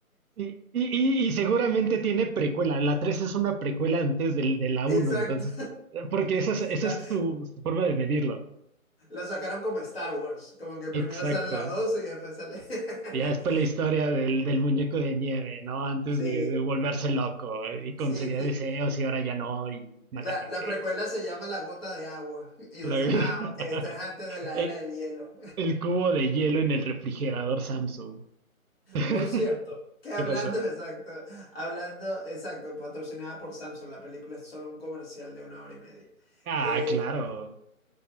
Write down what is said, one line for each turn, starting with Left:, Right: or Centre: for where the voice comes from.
Right: Y, y, y- y seguramente tiene precuela. La 3 es una precuela antes del, de la
Left: exacto,
Right: uno entonces... eh, Porque esa es, esa
Left: <laughs>
Right: es
Left: la,
Right: su, su forma de medirlo.
Left: la sacaron como Star Wars, como que primero
Right: Exacto.
Left: sale la 2 y después sale... <laughs>
Right: Y Ya después la historia del, del muñeco de nieve, ¿no? Antes
Left: Sí,
Right: de, de volverse loco y concedía
Left: sí, sí.
Right: deseos y ahora ya no y mata
Left: La,
Right: gente.
Left: la precuela se llama La gota de agua.
Right: <laughs>
Left: Y entonces,
Right: La- <laughs>
Left: ah, ok, esto es antes de la
Right: Eh,
Left: era del hielo.
Right: El cubo de hielo en el refrigerador Samsung. <laughs>
Left: Por cierto, que hablando,
Right: ¿Qué pasó?
Left: <laughs> exacto, hablando, exacto, patrocinada por Samsung, la película es solo un comercial de una hora y media.
Right: Ah,
Left: Eh,
Right: claro.